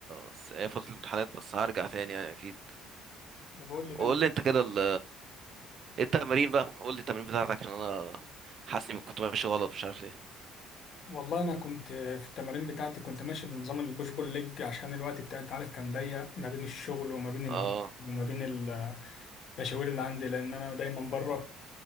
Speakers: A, on the right; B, on the left.
A: بس هي فتره الامتحانات بس هرجع تاني يعني اكيد
B: ده بقول لي
A: وقول
B: بقى انت
A: لي انت كده ال ايه التمارين بقى قول لي التمارين بتاعتك عشان انا حاسس اني كنت ماشي غلط مش عارف ليه
B: والله انا كنت في التمارين بتاعتي كنت ماشي بنظام البوش بول ليج عشان الوقت بتاعي انت عارف كان ضيق ما بين الشغل وما بين البيت
A: اه
B: وما بين ال- المشاوير اللي عندي لان انا دايما بره